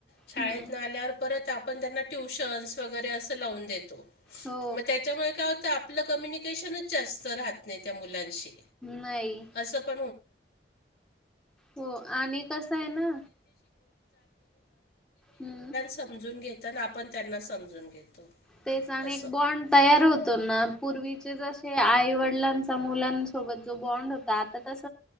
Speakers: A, on the left; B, in the centre.
A: शाळेत
B: हम्म
A: न आल्यावर परत आपण त्यांना ट्युशन्स वगैरे असं लावून देतो.
B: हो
A: मग त्याच्यामुळे काय होतं आपलं कम्युनिकेशनच जास्त राहत नाही त्या मुलांशी.
B: नाही.
A: ण ज <inaudible>
B: हो आणि कसं आहे ना हम्म
A: समून घेना आपण त्यांना समजून घेतो.
B: तेच आणि
A: असं
B: एक बॉन्ड. तयार होतो ना पूर्वीचे जे आई वडिलांचा मुलांसोबत जो बॉन्ड होतो. आता तस